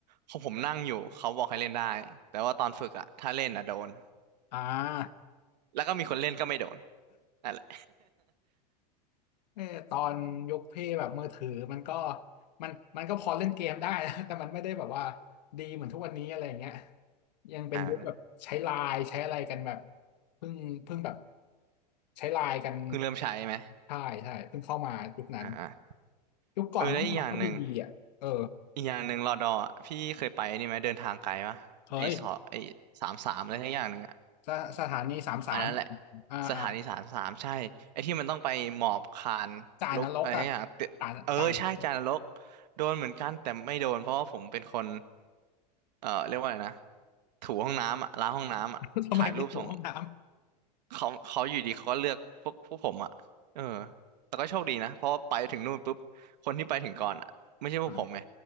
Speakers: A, on the right; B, on the left.
A: ของผมนั่งอยู่เขาบอกให้เล่นได้แต่ว่าตอนฝึกอ่ะถ้าเล่นอ่ะโดน
B: อ่า
A: แล้วก็มีคนเล่นก็ไม่โดนนั่นแหละ
B: เออตอนยกเพย์แบบมือถือมันก็มันมันก็พอเล่นเกมได้นะ <laughs> แต่มันไม่ได้แบบว่าดีเหมือนทุกวันนี้อะไรอย่างเงี้ยยังเป็นยุคแบบใช้ไลน์ใช้อะไรกันแบบ
A: <laughs> อ่า
B: เพิ่งเพิ่งแบบใช้ไลน์กัน
A: เพิ่งเริ่มใช้ไหม
B: ใช่ใช่เพิ่งเข้ามายุคนั้น
A: อ่า
B: ยุคก่อนเมื่อก่อนก็บีบีอ่ะเออ
A: เออแล้วอีกอย่างหนึ่งอีกอย่างหนึ่งรอดออ่ะพี่เคยไปนี่ไหมเดินทางไกลปะไอสอไอสามสามอะไรทั้งอย่างหนึ่งอะ
B: เคย สสถานีสามสาม
A: อันนั้นแหละ
B: อ่าอ่า
A: สถานีสามสามใช่ไอ้ที่มันต้องไปหมอบคานลุกอะไรทั้งอย่างเตเออใช่จานรก
B: จ่านรกอ่ะจ่าจ่านรก
A: โดนเหมือนกันแต่ไม่โดนเพราะว่าผมเป็นคนเออเรียกว่าอะไรนะถูห้องน้ำอ่ะล้างห้องน้ำอ่ะถ่ายรูปส่ง
B: <laughs> ทำไมไม่ถูห้องน้ำ
A: เขาเขาอยู่ดีเขาก็เลือกพวกพวกผมอ่ะเออแต่ก็โชคดีนะเพราะว่าไปถึงนู่นปุ๊บคนที่ไปถึงก่อนอ่ะไม่ใช่พวกผมไง
B: อ่าน